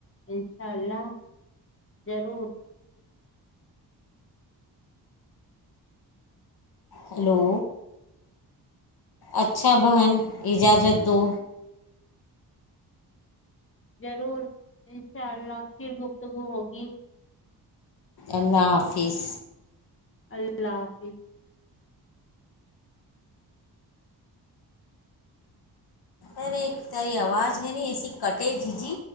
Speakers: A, on the left; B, on the left.
A: ان شاء اللہ ضرور
B: ہیلو اچھا بہن اجازت دو
A: ضرور انشاء اللہ پھر گفتگو ہوگی
B: اللہ حافظ
A: اللہ حافظ
B: ارے تیری آواز ہے ن ایسی کٹے جی جی